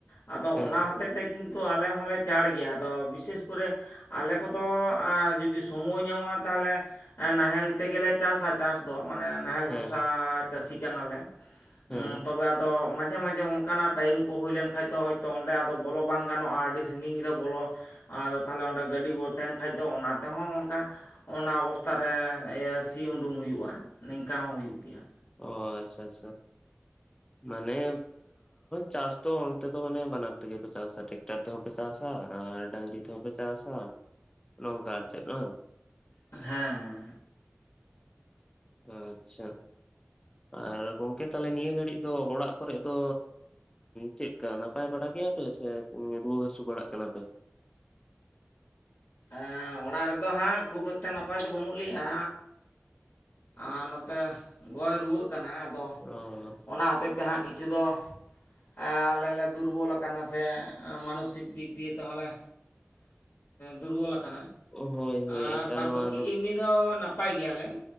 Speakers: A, on the left; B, on the left.
A: ᱟᱫᱚ
B: ᱦᱮᱸ
A: ᱚᱱᱟ ᱦᱚᱛᱮ ᱛᱮ ᱠᱤᱱᱛᱩ ᱟᱞᱮ ᱦᱚᱸᱞᱮ ᱪᱟᱲ ᱜᱮᱭᱟ ᱟᱫᱚ ᱵᱤᱥᱮᱥ ᱠᱚᱨᱮ ᱟᱞᱮ ᱠᱚᱫᱚ ᱡᱩᱫᱤ ᱥᱚᱢᱚᱭ ᱧᱟᱢᱚᱜᱼᱟ ᱛᱟᱦᱚᱞᱮ ᱱᱟᱦᱮᱞ ᱛᱮᱜᱮᱞᱮ ᱪᱟᱥᱟ ᱾ ᱪᱟᱥ ᱫᱚ ᱢᱟᱱᱮ ᱱᱟᱦᱮᱞ
B: ᱦᱮᱸ
A: ᱵᱷᱚᱨᱥᱟ ᱪᱟᱹᱥᱤ ᱠᱟᱱᱟᱞᱮ
B: ᱦᱮᱸ
A: ᱛᱚᱵᱮ ᱟᱫᱚ ᱢᱟᱡᱷᱮ ᱢᱟᱡᱷᱮ ᱚᱱᱠᱟᱱᱟᱜ ᱴᱟᱭᱤᱢ ᱠᱚ ᱦᱩᱭ ᱞᱮᱱᱠᱷᱟᱡ ᱫᱚ ᱦᱚᱭᱛᱳ ᱚᱸᱰᱮ ᱟᱫᱚ ᱵᱚᱞᱚ ᱵᱟᱝ ᱜᱟᱱᱚᱜᱼᱟ ᱟᱹᱰᱤ ᱥᱟᱺᱜᱤᱧ ᱨᱮ ᱵᱚᱞᱚ ᱟᱫᱚ ᱛᱟᱦᱞᱮ ᱚᱸᱰᱮ ᱜᱟᱹᱰᱤ ᱵᱚᱱ ᱛᱟᱦᱮᱱ ᱠᱷᱟᱡ ᱫᱚ ᱚᱱᱟ ᱛᱮᱦᱚᱸ ᱚᱱᱠᱟ ᱚᱱᱟ ᱚᱵᱚᱥᱛᱷᱟ ᱨᱮ ᱥᱤ ᱩᱰᱩᱝ ᱦᱩᱭᱩᱜᱼᱟ ᱱᱤᱝᱠᱟ ᱦᱚᱸ ᱦᱩᱭᱩᱜ ᱜᱮᱭᱟ
B: ᱚ ᱟᱪᱪᱷᱟ ᱟᱪᱪᱷᱟ ᱢᱟᱱᱮ ᱪᱟᱥ ᱛᱚ ᱚᱱᱛᱮ ᱛᱚ ᱢᱟᱱᱮ ᱵᱟᱱᱟᱨ ᱛᱮ ᱜᱮ ᱯᱮ ᱪᱟᱥᱟ ᱴᱮᱠᱴᱟᱨ ᱛᱮ ᱯᱮ ᱪᱟᱥᱟ ᱟᱨ ᱰᱟᱝᱨᱤ ᱛᱮᱦᱚᱸ ᱯᱮ ᱪᱟᱥᱟ ᱱᱚᱝᱠᱟ ᱟᱨ ᱪᱮᱫ ᱵᱟᱝ
A: ᱦᱮᱸ ᱦᱮᱸ
B: ᱟᱪᱪᱷᱟ ᱟᱨ ᱜᱚᱝᱠᱮ ᱛᱟᱦᱚᱞᱮ ᱱᱤᱭᱟᱹ ᱜᱷᱟᱹᱲᱤᱡ ᱫᱚ ᱚᱲᱟᱜ ᱠᱚᱨᱮ ᱫᱚ ᱪᱮᱫ ᱪᱠᱟ ᱱᱟᱯᱟᱭ ᱵᱟᱲᱟ ᱜᱮᱭᱟ ᱯᱮ ᱥᱮ ᱨᱩᱣᱟᱹ ᱦᱟᱹᱥᱩ ᱵᱟᱲᱟᱜ ᱠᱟᱱᱟ ᱯᱮ?
A: ᱮ ᱚᱲᱟᱜ ᱨᱮᱫᱚ ᱦᱟᱸᱜ ᱠᱷᱩᱵ ᱮᱠᱴᱟ ᱱᱟᱯᱟᱭ ᱫᱚ ᱵᱟᱹᱱᱩᱜ ᱞᱮᱭᱟ ᱟᱨ ᱱᱚᱛᱮ ᱜᱚᱭ ᱨᱩᱣᱟᱹᱜ ᱠᱟᱱᱟ ᱟᱫᱚ
B: ᱚ
A: ᱚᱱᱟ ᱦᱚᱛᱮᱫ ᱛᱮ ᱦᱟᱸᱜ ᱠᱤᱪᱷᱩ ᱠᱤᱪᱷᱩ ᱫᱚ ᱟᱞᱮ ᱞᱮ ᱫᱩᱨᱵᱚᱞ ᱟᱠᱟᱱᱟ ᱠᱟᱱᱟ ᱥᱮ ᱢᱟᱱᱚᱥᱤᱠ ᱫᱤᱠ ᱫᱤᱭᱮ ᱛᱮᱦᱚᱸ ᱞᱮ ᱫᱩᱨᱵᱚᱞ ᱟᱠᱟᱱᱟ
B: ᱦᱳᱭ ᱦᱳᱭ
A: ᱟᱨ
B: ᱮᱠᱟᱞ
A: ᱵᱟᱫᱽ
B: ᱱᱚᱣᱟ
A: ᱵᱟᱹᱠᱤ ᱮᱢᱱᱤ ᱫᱚ ᱱᱟᱯᱟᱭ ᱜᱮᱭᱟᱞᱮ